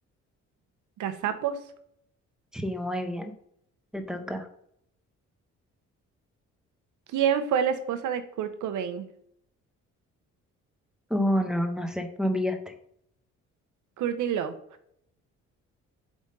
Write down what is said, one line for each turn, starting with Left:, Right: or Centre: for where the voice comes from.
Right: Gazapos.
Centre: Sí, muy bien, te toca.
Right: ¿Quién fue la esposa de Kurt Cobain?
Centre: Oh, no, no sé, me pillaste.
Right: Courtney Love.